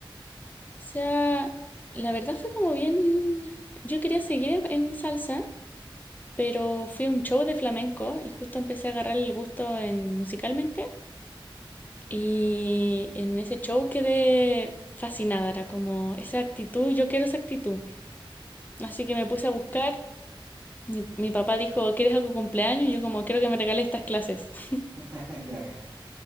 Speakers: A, on the left (about 20°); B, on the right (about 30°).
A: O sea, la verdad fue como bien... Yo quería seguir en en salsa, pero fui a un show de flamenco y justo empecé a agarrar el gusto en musicalmente y en ese show quedé fascinada, era como esa actitud, yo quiero esa actitud. Así que me puse a buscar, mi, mi papá dijo, ¿quieres algo de cumpleaños? Y yo como, quiero que me regales estas clases. <laughs>
B: <laughs> Qué bacán.